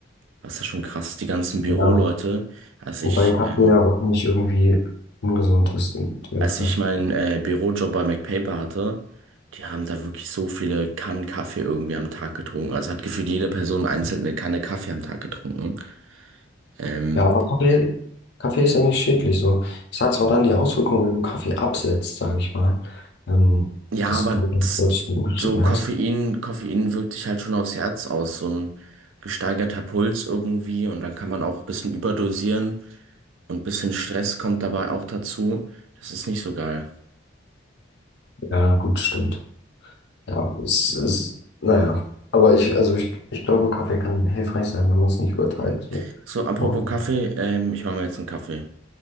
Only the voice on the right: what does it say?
Was ja schon krass ist, die ganzen Büroleute.
Als
ich,
ähm,
als ich
meinen
äh, Bürojob bei MacPaper hatte, die haben da wirklich so viele Kannen Kaffee irgendwie am Tag getrunken. Also hat gefühlt jede Person einzeln eine Kanne Kaffee am Tag getrunken. Ähm,
Ja,
aber
das,
so
Koffein, Koffein wirkt sich halt schon aufs Herz aus, so ein gesteigerter Puls irgendwie und dann kann man auch ein bisschen überdosieren und ein bisschen Stress kommt dabei auch dazu. Das ist nicht so geil.
Mhm.
So, apropos
Kaffee, ähm, ich mache mir jetzt einen Kaffee.